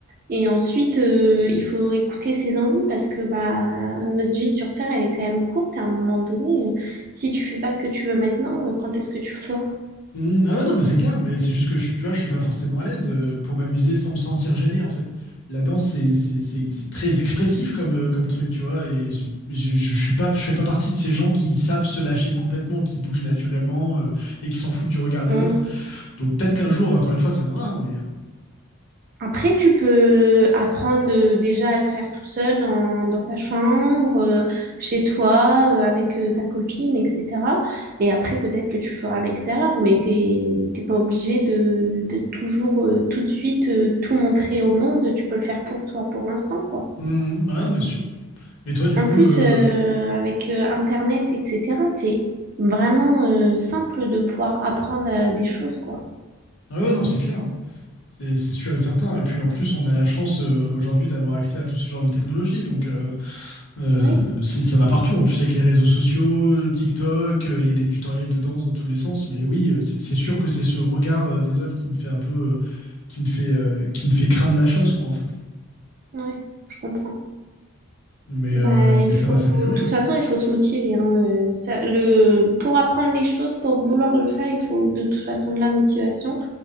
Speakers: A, on the right (about 40°); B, on the left (about 60°).
A: Et ensuite, euh, il faut écouter ses envies parce que bah, notre vie sur Terre, elle est quand même courte. À un moment donné, euh, si tu fais pas ce que tu veux maintenant, euh, quand est-ce que tu le feras?
B: Hmm, ah ouais, non, mais c'est clair, mais c'est juste que, je- tu vois, je suis pas forcément à l'aise euh, pour m'amuser sans me sentir gêné, en fait. La danse, c'est c'est- c'est- c'est très expressif comme, euh, comme truc, tu vois, et j'ai- je je, suis pas, je fais pas partie de ces gens qui savent se lâcher complètement, qui bougent naturellement euh, et qui s'en foutent du regard des
A: Mm,
B: autres.
A: mm.
B: Donc peut-être qu'un jour, encore une fois, ça viendra, hein, mais... euh,
A: Après, tu peux apprendre euh, déjà à le faire tout seul dans, dans ta chambre, euh, chez toi, euh, avec euh, ta copine, etc. Et après, peut-être que tu le feras à l'extérieur, mais t'es, t'es pas obligé de, de toujours, euh, tout de suite, euh, tout montrer au monde. Tu peux le faire pour toi pour l'instant, quoi.
B: hmm, ouais, bien sûr. Et toi, du
A: En
B: coup...
A: plus,
B: euh,
A: euh, avec euh, Internet, etc., c'est vraiment euh, simple de pouvoir apprendre euh, des choses, quoi.
B: Ah ouais, non, c'est clair. C'est c'est sûr et certain. Et puis en plus, on a la chance euh, aujourd'hui d'avoir accès à tout ce genre de technologie. Donc euh, euh,
A: Oui,
B: c'est- ça va partout. En plus, avec les réseaux sociaux, TikTok, euh, il y a des tutoriels de danse dans tous les sens. Mais oui, euh, c'est c'est sûr que c'est ce regard euh, des autres qui me fait un peu, euh, qui me fait, euh, qui me fait craindre la chose, quoi, en fait.
A: oui, je comprends.
B: Mais,
A: Bah,
B: euh,
A: il
B: mais ça
A: faut,
B: va s'améliorer,
A: de toute
B: ouais.
A: façon, il faut se motiver. hein. Euh, ça- le, pour apprendre les choses, pour vouloir le faire, il faut de toute façon de la motivation